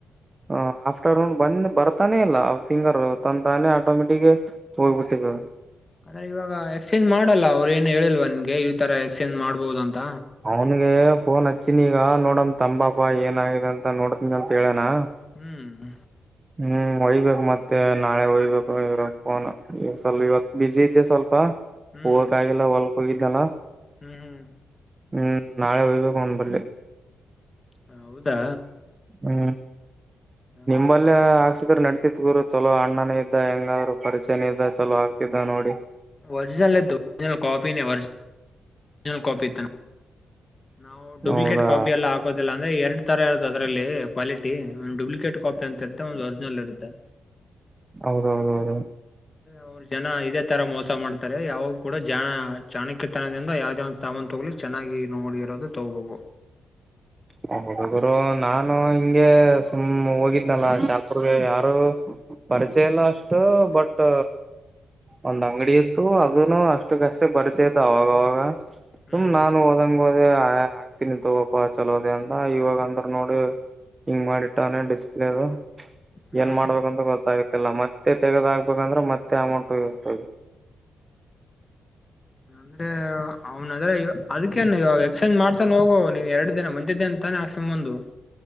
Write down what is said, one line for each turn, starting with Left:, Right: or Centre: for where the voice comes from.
Right: ಹ ಆಫ್ಟರ್ನೂನ್ ಬಂದ್ ಬರ್ತಾನೆ ಇಲ್ಲ ಫಿಂಗರ್ ತಂದಾನೆ ಆಟೋಮೆಟಿಿಗೆ ಹೋಗ್ಬಿಟ್ಟಿದ್ದ
Left: ಅಂದ್ರೆ ಇವಾಗ ಎಕ್ಸ್ಚೇಂಜ್ ಮಾಡಲ್ಲ ಅವ್ರು ಏನು ಹೇಳಿಲ್ವ ನನ್ಗೆ ಈ ತರ ಎಕ್ಸ್ಚೇಂಜ್ ಮಾಡ್ಬಹುದು ಅಂತ
Right: ಅವನ್ಗೆ ಫೋನ್ ಹಚ್ಚಿನ ಈಗ ನೋಡಮ ತಂಬಾಪ ಏನ ಆಾಗಿದೆ ಅಂತ ನೋಡ್ತನ್ ಅಂತ ಹೇಳೇನಾ
Left: ಹ್ಮ್
Right: ಹ್ಮ್ ಒಯ್ಬೇಕು ಮತ್ತೆ ನಾಳೆ ಒಯ್ಬೇಕು ಇಾಗ ಫೋನ್ ಈ ಸ್ವಲ್ಪ ಇವತ್ ಬಸಿ ಇದ್ದೆ ಸ್ವಲ್ಪ
Left: ಹ್ಮ್
Right: ಹೂೋಗಕ್ ಆಾಗಿಲ್ಲ ಹೊಲ್ಕ್ ಹೋಗಿದ್ದಲ್ಲ
Left: ಹ್ಮ್ ಹ್ಮ್
Right: ಹ್ಮ್ ನಾಳೆ ಹೋಗ್ಬೇಕು ಒಂದ ಬರ್ೆ
Left: ಹ ಹೌದಾ
Right: ಹ್ಮ್
Left: ಹ್ಮ್
Right: ಲ್ ಆಕದರು ನಡತತ್ ಗೂರು ಚಲೋ ಅಣ್ಣನೇ ಇದ್ದ ಹೆಂಗಾದ್ರರು ಪರಿಚಯನ ಇದ್ದ ಚಲೋ ಆಗ್ತಿದ್ದ ನೋಡಿ
Left: ಹ್ಮ ರಿಜಿನಲ್ ಜ ಕಪಿಜ ಕಪಿ ಇದ ನಾವು ಡುೂಪ್ಲಿಕೇಟ್
Right: ಹೌದಾ
Left: ಕಾಪಿ ಎಲ್ಲ ಹಾಕೋದಿಲ್ಲ ಅಂದ್ರೆ ಎರಡ್ ತರ ಇರೋದು ಅದರಲ್ಲಿ ಕ್ಲಿಟಿ ಒ ಡುಪ್ಲಿಕೇಟ್ ಕಾಪ ಅಂತ ಇತೆ ಒಂದುರ್ಜಿನಲ್ ಇರು್ದೆ
Right: ಹೌದೌದ ಹೌದು
Left: ಅವ್ರ ಜನ ಇದೇ ತರ ಮೋಸ ಮಾಡ್ತಾರೆ ಯಾವಾಗ ಕೂಡ ಜ ಚಾಣಕ್ಯತನದಿಂದ ಯಾವ್ದ ಒ ತಾವಂದು ತಗಲಿಕ್ಕೆ ಚೆನ್ನಾಗಿ ನೋಡಿ ಇರೋದು ತಗೋಬೇಕು
Right: ಹ ಹಡುರು ನಾನು ಹಿಂಗೆ ಸುಮ್ ಹೋಗಿದ್ನಲ್ಲ ಚಾಲ್ಪುರ್ಗೆ ಯಾರು ಪರಿಚಯ ಎಲ್ಲ ಅಷ್ಟು ಬಟ್ ಒಂದ್ ಅಂಗಡಿ ಇತ್ತು ಅದನು ಅಷ್ಟಕ್ಕಷ್ಟೇ ಪರಿಚಯದು ಅವಾಗವಾಗ ಸುಮ್
Left: ಹ್ಮ್
Right: ನಾನು ಹಓದಂಗ ಹೋದ ಹಾಕ್ತೀನಿ ತ ತುಪ್ಪ ಚಲೋ ಅದೇ ಅಂದ ಇವಾಗ ಅಂದ್ರ ನೋಡಿ ಹಿಂಗ್ ಮಾಡಿಟ್ಟಾನೆ ಡಿಸ್ಪ್ಲೇದು
Left: ಹ್ಮ್
Right: ಏನ್ ಮಾಡ್ಬೇಕಂತ ಗೊತ್ತಾಗತಿಲ್ಲ ಮತ್ತೆ ತೆಗದಾಗಕ್ಬೇಕಂದ್ರೆ ಮತ್ತೆ ಅಮೌಂಟ ಇತ
Left: ಅಂದ್ರೆ ಅವ್ನ ಅದ್ರ ಅದಕ್ಕೇನು ಇವಾಗ ಎಕ್ಸ್ಚೇಂಜ್ ಮಾಡ್ತಾನ ಹೋಗುವ ನೀವು ಎರಡು ದಿನ ಮಂದಿದ್ದೆ ಅಂತ ೆಾಕ್ಸಧಂದು